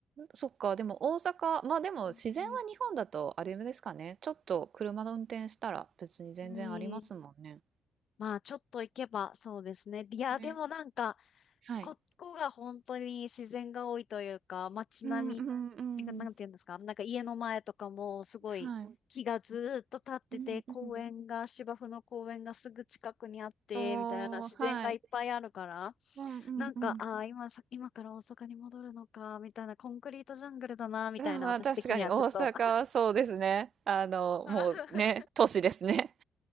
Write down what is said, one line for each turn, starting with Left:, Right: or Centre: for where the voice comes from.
Right: そっか、でも大阪、まあでも自然は日本だとあれですかね。
Left: うん。
Right: ちょっと車の運転したら別に全然ありますもんね。
Left: うんまあ、ちょっと行けば、そうですね。いや、
Right: ね。
Left: でもなんか、
Right: はい。
Left: ここが本当に自然が多いというか、街並
Right: うんうんうん。
Left: みが、なんていうんですか、なんか家の前とかもすごい木がずーっと立ってて、
Right: はい。うんうん。
Left: 公園が、芝生の公園がすぐ近くにあって、
Right: おーはい。
Left: みたいな自然がいっぱいあるから、
Right: うんうんうん。
Left: なんか、ああ、今さ、今から大阪に戻るのか、みたいな、コンクリートジャングルだな、みたいな、
Right: あまあ、
Left: 私的にはちょっと
Right: 確かに大阪はそうですね。あの、
Left: <laughs>
Right: もうね、都市ですね。